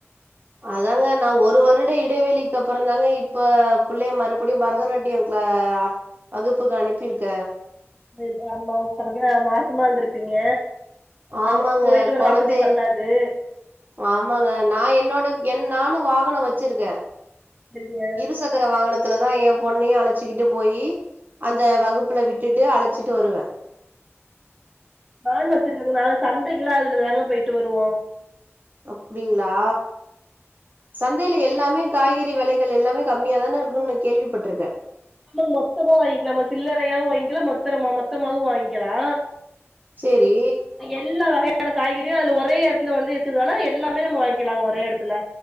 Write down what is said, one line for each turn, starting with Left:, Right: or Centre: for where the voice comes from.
Right: அதாங்க நா ஒரு வருட இழ் டேவேளிக்கு அப்பறந்தாங்க இப்ப புள்ளய மறுபடியு பரதநாட்டியம் க்ளே அ வகுப்புக்கு அனிப்பிருக்க
Centre: தே இத அம்மாவு பாருங்க மாசமா இந்துருப்பீங்க
Right: ஆமாங்க
Centre: அந்த போயிட்டு வர
Right: கொழந்தை
Centre: வசதி பத்தாத் து
Right: ஆமாங்க நா என்னோடக் என் நானு வாகன வச்சிருக்க
Centre: சரிங்க
Right: இருசக் க்குர வாகனத்துலதா ஏ பொண்ணயு அழச்சுக்கிட்டு போயி அந்த வகுப்புல விட்டுட்டு அழச்சிட்டு வருவ
Centre: நானு வச்சிருக்கங்க நா சந்தைக்குலா அதுல தாங்க பெய்ட்டு வருவோ
Right: அப்டிங்ளா சந்தைல எல்லாமே காய்கறி வெலைகள் எல்லாமே கம்மியா தான இருக்குன் ந கேள்விப்பட்ருக்க
Centre: ஆமா மொத்தமா வாங்க்கிலாமா சில்லறயாவு வாங்க்கிலா மொத்தரமா மொத்தமாவு வாங்கெலா
Right: சேரி
Centre: எல்லா வகையான காய்கறியு அதுல ஒரே எடத்துல வந்து இருக்கதுனால எல்லாமே நம்ம வாங்க்கிலாங்க ஒரே எடத்துல